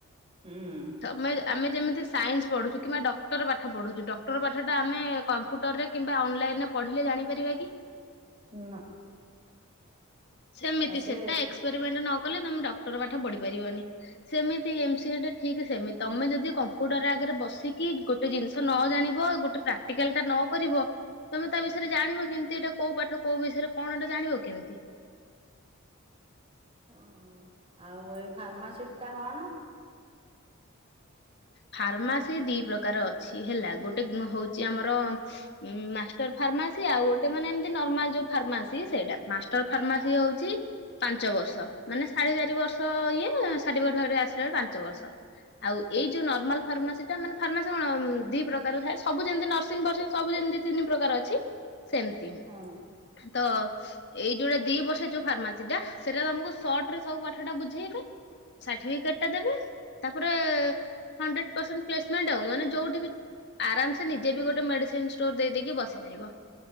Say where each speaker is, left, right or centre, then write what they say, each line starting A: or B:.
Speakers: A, on the right (about 25°); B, on the left (about 50°).
A: ହୁଁ।
B: ତମେ ଆମେ ଯେମିତି ସାଇନ୍ସ ପଢୁଛୁ କିମ୍ବା ଡକ୍ଟର ପାଠପଢୁଛୁ ଡକ୍ଟର ପାଠଟା ଆମେ କମ୍ପ୍ୟୁଟର ରେ କିମ୍ବା ଅନଲାଇନ୍ ରେ ପଢିଲେ ଜାଣିପାରିବା କି?
A: ନା।
B: ସେମିତି
A: ଆ ସେ
B: ସେଟାଏକ୍ସ ଏକ୍ସପେରିମେଣ୍ଟ୍ ନକଲେ ତମେ ଡକ୍ଟର ପାଠ ପଢି ପାରିବନି। ସେମି ସେଏମ୍ ସିଏ ଟା ଠିକ୍ ସେମିତି ତମେ ଯଦି କମ୍ପ୍ୟୁଟର ଆଗରେ ବସିକି ଗୋ ଗୋଟେ ଜିନିଷ ନ ଜାଣିବ ଗୋଟେ ପ୍ରାକ୍ଟିକାଲ ଟା ନ କରିବ। ତମେ ତା ବିଷୟରେ ଜାଣିବ କିମିତି ଏଇଟା କୋଉ ପାଠ କୋଉ ବିଷୟରେ କଣ ଏଟା ଜାଣିବ କେମିତି?
A: ଓ ଆଉ ଏଇ ଫାର୍ମାସିଟି ଟା କଣ?
B: ଫାର୍ମାସି ଦି ପ୍ରକାର ଅଛି। ହେଲା ଗୋଟେ ହୋ ଚି ଆମର ମାଷ୍ଟର ଫାର୍ମାସି ଆଉ ଗୋଟେ ମାନେ ଏମତି ନର୍ମାଲ ଯୋଉ ଫାର୍ମାସି ସେଇଟା ମାଷ୍ଟର ଫାର୍ମାସି ହୋଉଚି ପାଞ୍ଚ ବର୍ଷ ମାନେ ସାଢେ ଚାରି ବର୍ଷ ଇଏ ଷାଠିଫିକେଟ୍ ଆସିଲା ବେଳକୁ ପାଞ୍ଚ ବର୍ଷ। ଆଉ ଏଇ ଯୋଉ ନର୍ମାଲ୍ ଫାର୍ମାସି ମାନେ ଫାର୍ମାସି କଣ ଦି ପ୍ରକାର ଥାଏ। ସବୁ ଯେମିତି ନର୍ସିଂ ଫର୍ଂ ସବୁ ଯେମିତି ତିନି ପ୍ରକାର ଅଛି। ସେମିତି।
A: ହଁ।
B: ତ ଏଇ ଯୋଉଟା ଦି ବର୍ଷ ଯୋଉ ଫାର୍ମାସି ଟା ସେଇଟା ତମକୁ ସଟ ସବୁ ପାଠ ଟା ବୁଝେଇବେ ସାର୍ଟିଫିକେଟ ଟା ଦେବେ ତାପରେ ହଣ୍ଡ୍ରେଡ ପରସେଣ୍ଟ ପ୍ଲେସମେଣ୍ଟ ଆଉ ମାନେ ଯୋଉଠି ବି ଆରାମ ସେ ନିଜେ ବି ଗୋଟେ ମେଡିସିନ ଷ୍ଟୋର ଦେଇଦେଇକି ବସିପାରିବ।